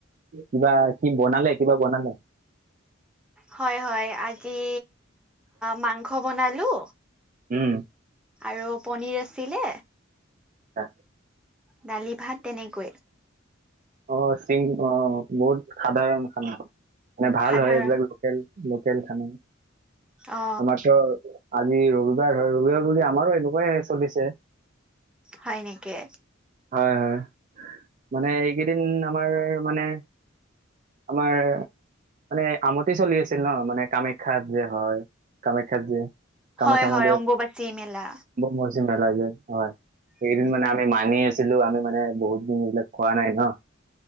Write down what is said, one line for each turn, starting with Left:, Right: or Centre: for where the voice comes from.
Right: কিবা কি বনালে? কিবা বনালে?
Centre: হয়। হয়। আজি মাংস বনালো।
Right: উম।
Centre: আৰু পনীৰ আছিলে।
Right: অ'।
Centre: দালি ভাত তেনেকৈয়ে
Right: অ' চিং অ' বহুত সাধাৰণ খানা মানে ভাল
Centre: সাধাৰণ
Right: হয় এইবিলাক লোকেল লোকেল খানা।
Centre: অ
Right: আমাৰতো আজি ৰবিবাৰ হয়। ৰবিবাৰ বুলি আমাৰো এনেকুৱাই চলিছে।
Centre: হয় নেকি?
Right: হয়। হয়। মানে এইকেইদিন আমাৰ মানে আমাৰ মানে আমতি চলি আছিল ন, মানে কামাখ্যা যে -হয় কামাখ্যাত যে, কামাখ্যা
Centre: হয় হয়
Right: মন্দিৰৰ
Centre: অম্বুবাচী মেলা
Right: মজ হয়, সেইদিন
Centre: উম
Right: মানে আমি মানি আছিলো। আমি মানে বহুত দিন এইবিলাক খোৱা নাই ন'।